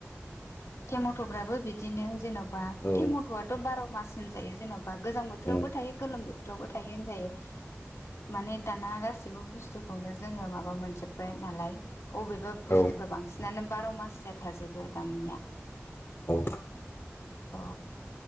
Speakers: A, on the left; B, on the left.
A: टेमट'फ्राबो बिदिनो जेन'बा
B: औ
A: टेमट'आथ' बार' मास होनजायो जेन'बा गोजां बोथोरावबो
B: उम
A: थायो गोलोम बोथोरावबो थायो होनजायो माने दाना गाैबो बुस्थुखौनो जोङो माबा मोनजोब्बाय नालाय अबेबा बुस्थुफ्रा
B: औ
A: बांसिनानो बार' मास ज थाजोबो दामनिया
B: औ
A: औ